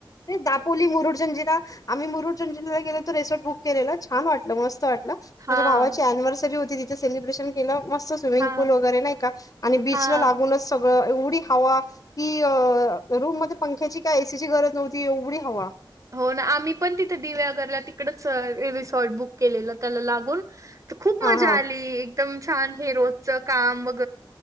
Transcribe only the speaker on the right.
हां,
हां,
हां.
हो ना आम्ही पण तिथे दिव्यागरला तिकडच रिसॉर्ट बुक केलेलं त्याला लागून खूप
मजा
आली एकदम छान हे रोजचं कामग.